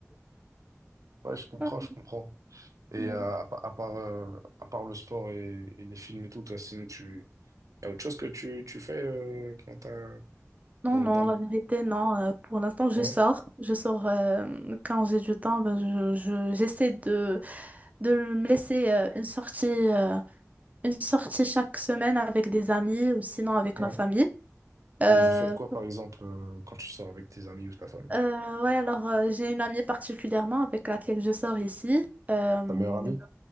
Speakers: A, on the right (about 85°); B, on the right (about 30°).
A: Ouais, je comprends,
B: <laughs>
A: je comprends. Et
B: Oui.
A: euh, à, pa- à part, euh, à part le sport et, et les films et tout, toi, sinon, tu... y a autre chose que tu, tu fais euh, quand t'as...
B: Non,
A: Dans,
B: non,
A: dans...
B: la vérité, non. euh, pour l'instant, je
A: Ouais,
B: sors. Je sors euh, quand j'ai du temps. ben, je, je- j'essaie de, de me laisser euh, une sortie, euh, une sortie chaque semaine avec des amis ou sinon avec
A: ouais.
B: ma famille. Euh,
A: Et vous faites quoi, par exemple, euh, quand tu sors avec tes amis ou ta famille?
B: euh, ouais, alors euh, j'ai une amie particulièrement avec laquelle je sors ici. Euh,
A: Ta meilleure amie?